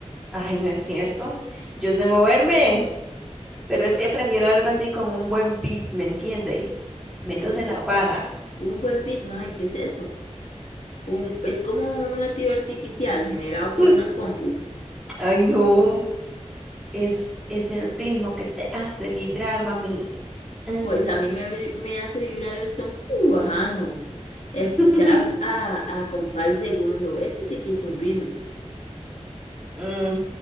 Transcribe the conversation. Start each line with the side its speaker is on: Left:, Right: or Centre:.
Centre: Ay, no es cierto. Yo sé moverme, pero es que prefiero algo así con un buen beat, ¿me entiende? Metas
Left: Mm,
Centre: en la para.
Left: un buen beat, mae, ¿qué es eso? Un, es como un latido artificial generado por
Centre: <laughs>
Left: una compu.
Centre: Ay, no. Es, es el ritmo que te hace vibrar, mami. Mm,
Left: Pues a mí me, vibr- me hace vibrar el son cubano. Escuchar
Centre: <laughs>
Left: a, a Compay Segundo, eso sí que es un ritmo.
Centre: mm,